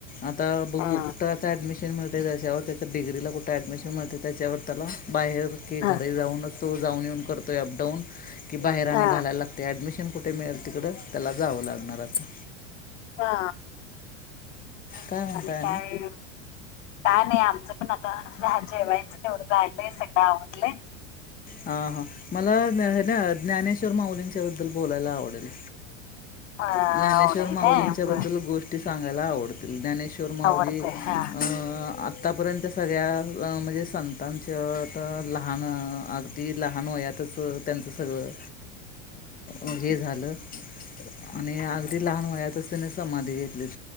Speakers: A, on the left; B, on the left.
A: आता बघू
B: हा
A: कुठं. कुठं ॲडमिशन मिळते त्याच्यावर त्याच्या डिग्रीला कुठ ॲडमिशन मिळते त्याच्यावर त्याला बाहेर की
B: हा
A: घरी जाऊनचो जाऊन येऊन करतोय अप डाऊन की बाहेर आणि
B: हा
A: घालायला लागते ॲडमिशन कुठे मिळेल तिकडं त्याला जावं लागणार आता
B: हा,
A: काय म्हणताय
B: आणि काय काय नाही आमचं पण आता जेवायचं तेवढं राहिलय सगळं आवारालंय.
A: हा हा मला ना ज्ञानेश्वर माउलींच्या बद्दल बोलायला आवडेल.
B: अ आवडेल
A: ज्ञानेश्वर माउलींच्या
B: काय
A: बद्दल
B: बर
A: गोष्ट. गोष्टी सांगायला आवडतील ज्ञानेश्वर माऊली
B: आवडते
A: आता
B: हा
A: आत्तापर्यंत सगळ्या म्हणजे संतांच्या तर लहान अगदी लहान वयातचं त्यांचं सगळं
B: <inaudible>
A: अ हे झालं आणि अगदी लहान वयातच त्यांनी समाधी घेतलीच